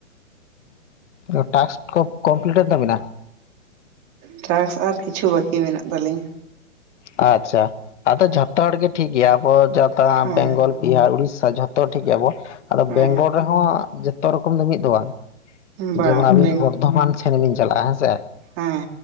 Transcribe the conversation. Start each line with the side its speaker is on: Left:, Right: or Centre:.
Left: ᱚᱸ ᱴᱟᱥ ᱠᱚ ᱠᱚᱢᱯᱞᱤᱴ ᱮᱱ ᱛᱟᱵᱤᱱᱟ᱾
Right: ᱴᱟᱠᱥ ᱟᱨ ᱠᱤᱪᱷᱩ ᱵᱟᱹᱠᱤ ᱢᱮᱱᱟᱜ ᱛᱟᱹᱞᱤᱧᱟ
Left: ᱟᱪᱪᱷᱟ᱾ ᱟᱫᱚ ᱡᱷᱚᱛᱚ ᱦᱚᱲ ᱜᱮ ᱴᱷᱤᱠ ᱜᱮᱭᱟ, ᱟᱵᱚ ᱡᱚᱛᱚ
Right: ᱦᱮᱸ
Left: ᱵᱮᱝᱜᱚᱞ, ᱵᱤᱦᱟᱨ, ᱩᱲᱤᱥᱥᱟ ᱡᱷᱚᱛᱚ ᱦᱚᱲ ᱴᱷᱤᱠ ᱜᱮᱭᱟ᱾ ᱟᱵᱚ ᱟᱫᱚ
Right: ᱦᱮᱸ
Left: ᱵᱮᱝᱜᱚᱞ ᱨᱮᱦᱚᱸ ᱡᱚᱛᱚ ᱨᱚᱠᱚᱢ ᱫᱚ ᱢᱤᱫ ᱫᱚ ᱵᱟᱝ
Right: ᱵᱟᱝ
Left: ᱡᱮᱢᱚᱱ ᱟᱵᱤᱱ
Right: ᱵᱮᱝ
Left: ᱵᱚᱨᱫᱷᱚᱢᱟᱱ ᱪᱷᱟᱹᱱᱤ ᱵᱤᱱ ᱪᱟᱞᱟᱜᱼᱟ ᱦᱮᱸ ᱥᱮ᱾
Right: ᱦᱮᱸ